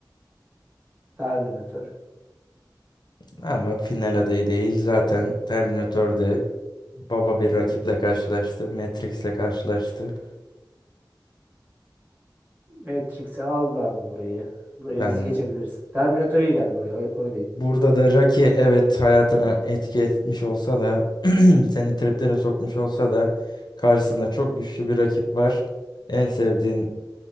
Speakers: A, on the right; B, on the left.
A: Terminator.
B: Ama final adayı değil. Zaten Terminator'de baba bir
A: Evet.
B: rakiple karşılaştı. Matrix'le karşılaştı.
A: Matrix'i al da abi burayı. Buraya
B: Yani
A: hızlı geçebiliriz. Terminator iyi geldi buraya. o- Onu diyeyim.
B: burada da Rocky evet hayatına etki etmiş olsa da <clears throat> seni triplere sokmuş olsa da karşısında çok güçlü bir rakip var. En sevdiğin